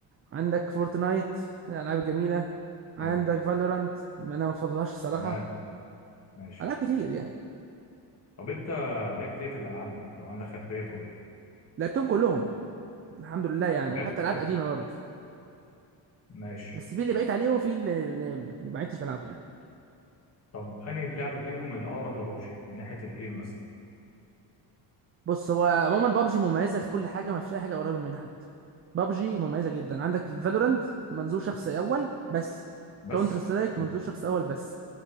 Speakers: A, on the right (about 30°); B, on the left (about 35°).
A: عندك فورتنايت من الالعاب الجميلة عندك
B: حلو
A: فالورانت انا ما بفضلهاش الصراحة
B: تمام ماشي
A: العاب كتير يعني
B: طب انت لعبت ايه في الالعاب دي لو عندك خلفيه تقول لي
A: لعبتهم كلهم الحمد لله يعني
B: بجد
A: وحتى العاب
B: حلو
A: قديمة برضه
B: ماشي
A: بس في اللي بقيت عليه وفي اللي اللي ما عدتش بلعبه يعني
B: طب انهي لعبه فيهم الاقرب لبابجي من ناحيه الايم مثلا
A: بص هو عموما بابجي مميزه في كل حاجه ما فيش اي حاجه قريبه منها حتى بابجي مميزه جدا عندك الفالورنت منظور شخص اول بس
B: بس
A: كاونتر سترايك منظور
B: مم.
A: شخص اول بس